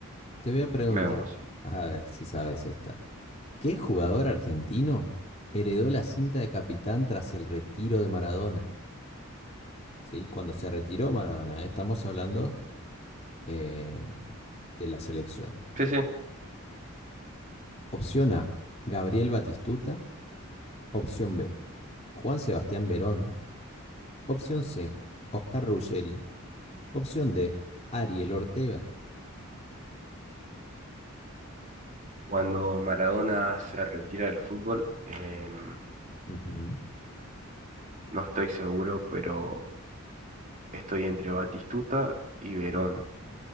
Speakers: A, on the left; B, on the right.
A: te voy a preguntar,
B: Vemos.
A: a ver si sabes esta. ¿Qué jugador argentino heredó la cinta de capitán tras el retiro de Maradona? Sí, cuando se retiró Maradona, ¿eh? Estamos hablando eh, de la selección.
B: Sí, sí.
A: Opción A, Gabriel Batistuta. Opción B, Juan Sebastián Verón. Opción C, Oscar Ruggeri. Opción D, Ariel Ortega.
B: Cuando Maradona se retira del fútbol, em,
A: Ujú.
B: No estoy seguro, pero estoy entre Batistuta y Verón.